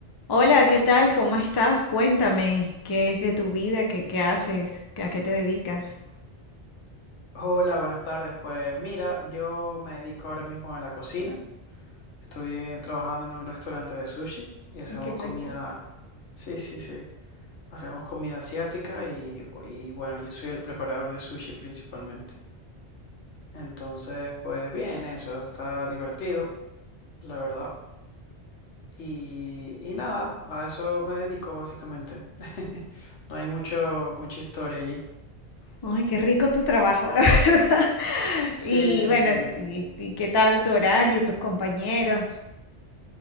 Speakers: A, on the left (about 35°); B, on the left (about 85°).
A: Hola, ¿qué tal? ¿Cómo estás? Cuéntame, ¿qué es de tu vida? ¿Qué, qué haces? ¿A qué te dedicas?
B: Hola, buenas tardes. Pues mira, yo me dedico ahora mismo a la cocina. Estoy eh, trabajando en un restaurante de sushi y hacemos
A: Ay, qué rico.
B: comida. Sí, sí, sí. Hacemos comida asiática y, bu- y bueno, yo soy el preparador de sushi principalmente. Entonces, pues bien, eso está divertido, la verdad. Y, y nada, a eso me dedico básicamente. <laughs> No hay mucho, mucha historia allí.
A: Ay, qué rico tu trabajo, la <laughs> verdad.
B: Sí,
A: Y
B: sí,
A: bueno,
B: sí.
A: y, y qué tal tu horario, tus compañeros?